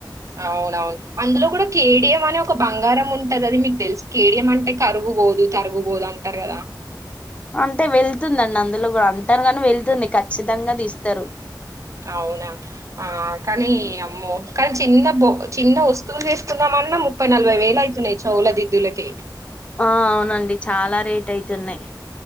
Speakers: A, on the right; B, on the left.
A: అవునవును అందులో కూడ కేడియం అనే ఒక బంగారం ఉంటది అది మీకు తెలుసు కేడియం అంటే కరుగుబోదు తరుగుబోదు అంటారు కదా
B: అంటే వెళ్తుందండి అందులో కూడ అంటారు గానీ వెళ్తుంది ఖచ్చితంగ తీస్తరు
A: అవునా ఆ కానీ అమ్మో కానీ చిన్న బో చిన్న వస్తువులు చేసుకుందామన్న ముప్పై నలభై వేలు అయితున్నయి చొవుల దిద్దులకె
B: ఆ అవునండి చాలా రేట్ అయితున్నయ్